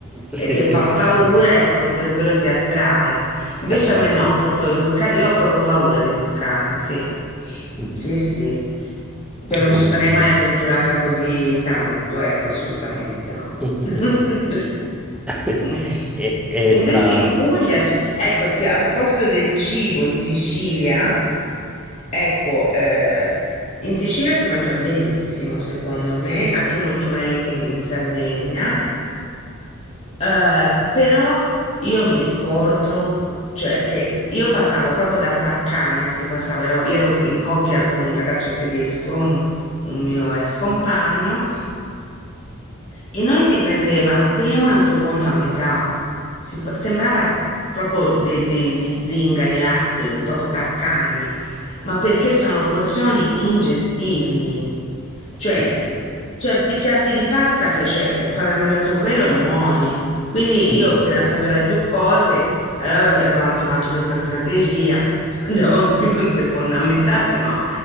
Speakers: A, in the centre; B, on the left.
A: sì,
B: E che
A: sì,
B: fa
A: sì,
B: paura
A: sì,
B: e proprio per quello ti attrae. Invece
A: ti attrae,
B: a me no,
A: esatto.
B: proprio i vulcani, io ho proprio paura dei vulcani, sì.
A: Mh-mh.
B: Sì, sì. Cioè, non
A: Ehm.
B: mi ci sarei mai avventurata così tanto, ecco, assolutamente no.
A: Mh, mh,
B: <laughs>
A: mh. <laughs>
B: Mm.
A: E e
B: Invece
A: fra
B: in Puglia, so- ecco, sì, a proposito del cibo in Sicilia, ecco, eh, in Sicilia si mangia benissimo, secondo me, anche molto meglio che in Sardegna. Eh, però io mi ricordo, cioè, che io passavo proprio da taccagna, si passava, era- io ero in coppia con un ragazzo tedesco, un un mio ex compagno, e noi si prendeva un primo e un secondo a metà. Si pa- sembrava proprio de- degli zingari, là, b- proprio taccagni ma perché sono porzioni ingestibili. Cioè,
A: sì, sì, sì.
B: certi piatti di pasta che cioè, quando hai mangiato quello muori. Quindi
A: Mh,
B: io
A: mh,
B: per
A: mh.
B: assaggiare più cose, allora ave- avevamo trovato questa strategia, <laughs> si mangiava un primo e un secondo a metà, se no,